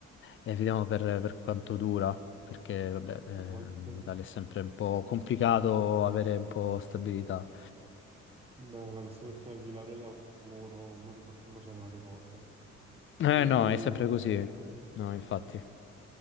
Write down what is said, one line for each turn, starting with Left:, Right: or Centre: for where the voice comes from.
Left: e vediamo per, per quanto dura, perché vabbè, eh,
Right: No, ma anche
Left: in Italia è sempre un po' complicato avere un po' stabilità.
Right: beh, la questione è che al di là del lavoro uno deve far combaciare varie cose,
Left: Eh
Right: quindi
Left: no, è sempre così. No, infatti.